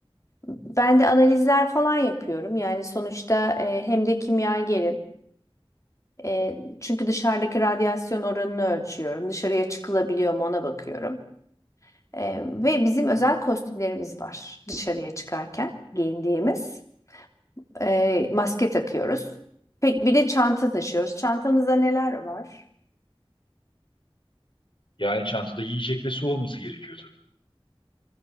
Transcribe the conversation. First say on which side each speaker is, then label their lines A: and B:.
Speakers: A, on the left; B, on the left.
A: ben de analizler falan yapıyorum. Yani sonuçta e, hem de kimyagerim. E, çünkü dışarıdaki radyasyon oranını ölçüyorum. Dışarıya çıkılabiliyor mu ona bakıyorum. E, ve bizim özel kostümlerimiz var dışarıya çıkarken giyindiğimiz. E, maske takıyoruz. Pek bir de çanta taşıyoruz. Çantamızda neler var?
B: Yani çantada yiyecek ve su olması gerekiyor tabii.